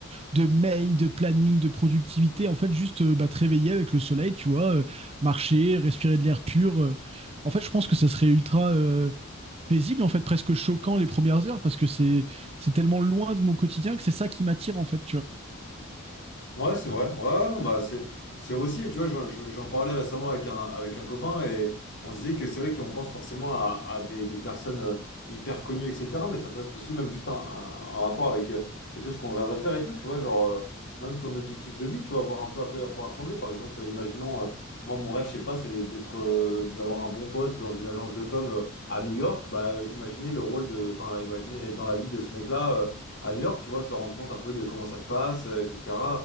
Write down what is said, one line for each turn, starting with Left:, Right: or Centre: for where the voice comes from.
Right: de mails, de planning, de productivité. En fait, juste euh, bah, te réveiller avec le soleil, tu vois, euh, marcher, respirer de l'air pur. euh. En fait, je pense que ça serait ultra euh, paisible, en fait, presque choquant les premières heures, parce que c'est c'est tellement loin de mon quotidien que c'est ça qui m'attire, en fait, tu
Left: Ouais, c'est vrai. Ouais, ouais, non, bah, c'est, c'est aussi, tu vois, j'en j'en- j'en parlais récemment avec un, avec un copain et on se disait que c'est vrai qu'on pense forcément à, à des, des personnes euh, hyper connues, etc. Mais ça peut être aussi même juste un, un- un rapport avec euh, quelque chose qu'on rêverait faire et tout, tu vois, genre, euh, même ton objectif de vie, tu vois, voir un peu à quoi il pourra ressembler. Par exemple, euh, imaginons, euh, moi, mon rêve, je sais pas, c'est d'être, euh, d'avoir un bon poste dans une agence de com euh, à New York. Bah, euh, imaginez le rôle de, enfin, imaginez être dans la vie de ce mec-là. euh, à New York, tu vois, se rendre compte un peu de comment ça se passe, euh, etc